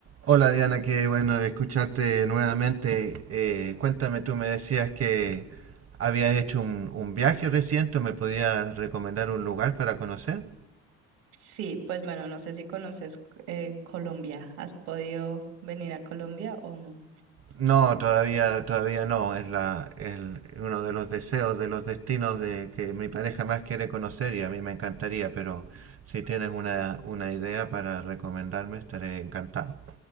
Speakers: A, on the right (about 50°); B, on the right (about 75°).
A: Hola Diana, qué bueno escucharte nuevamente. Eh, cuéntame, tú me decías que habías hecho un, un viaje reciente, ¿me podías recomendar un lugar para conocer?
B: Sí, pues bueno, no sé si conoces eh, Colombia. ¿Has podido venir a Colombia o no?
A: No, todavía, todavía no. Es la, el- uno de los deseos, de los destinos de que mi pareja más quiere conocer y a mí me encantaría, pero si tienes una, una idea para recomendarme, estaré encantado.